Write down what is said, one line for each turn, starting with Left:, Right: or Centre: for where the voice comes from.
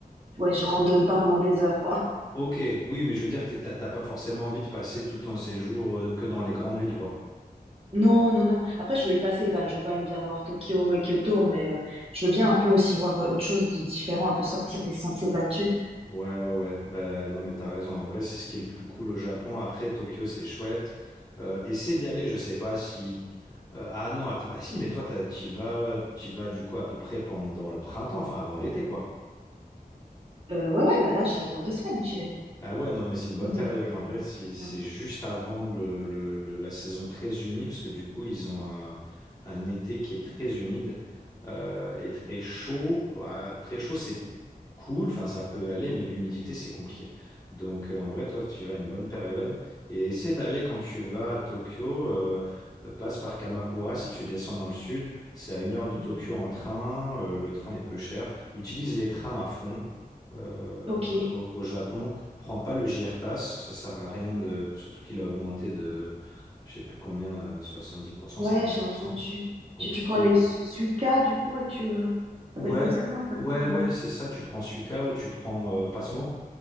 Right: ouais, je randonne pas pendant des heures, quoi.
Left: Ok, oui, mais je veux dire, t'es- t'as t'as pas forcément envie de passer tout ton séjour euh, que dans les grandes villes, quoi.
Right: Non, non, non. Après, je veux y passer quand même. Je veux quand même bien voir Tokyo et Kyoto, mais euh, je veux bien un peu aussi voir euh, autre chose de différent, un peu sortir des sentiers battus.
Left: Ouais, ouais, ouais. Bah, non, mais t'as raison. En vrai, c'est ce qui est le plus cool au Japon. Après, Tokyo, c'est chouette. Euh, essaie d'y aller, je sais pas si. euh, ah non, att- bah si, mais toi, t'as- t'y vas, t'y vas du coup à peu près pendant le printemps, enfin avant l'été, quoi.
Right: Euh, ouais, ouais, bah là, j'ai dans deux semaines, j'y vais.
Left: Ah ouais, non, mais c'est une bonne
Right: Donc,
Left: période. En
Right: euh,
Left: vrai, si c'est
Right: ouais.
Left: juste avant le, le- le- la saison très humide, parce que du coup, ils ont un, un été qui est très humide euh, et très chaud. Voilà, très chaud, c'est cool, enfin, ça peut aller, mais l'humidité, c'est compliqué. Donc, euh, en vrai, toi, tu vas à une bonne période et essaie d'aller quand tu vas à Tokyo. euh, euh, passe par Kamakura si tu descends dans le sud. C'est à une heure de
Right: Mhm.
Left: Tokyo en train. euh, le train est peu cher. Utilise les trains à fond euh,
Right: Ok.
Left: au au Japon. Prends pas le JR Pass, ça sert à rien de, surtout qu'il a augmenté de, je sais plus combien, euh, soixante-dix pour cent,
Right: Ouais,
Left: cinquante
Right: j'ai
Left: pour
Right: entendu.
Left: cent. Compliqué,
Right: Tu, tu prends les
Left: mais.
Right: su- Suica, du coup, et tu euh, ça
Left: Ouais,
Right: s'appelle comme ça, comment ça s'appelle?
Left: ouais,
Right: Ouais.
Left: ouais, c'est ça. Tu prends Suica ou tu prends euh, Passmo.